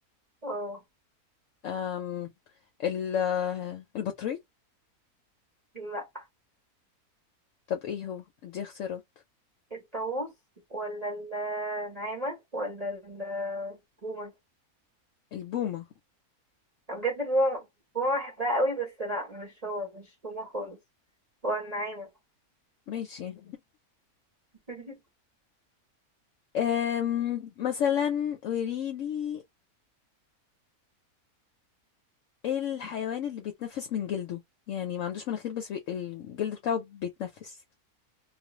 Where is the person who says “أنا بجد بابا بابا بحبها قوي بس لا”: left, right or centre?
Right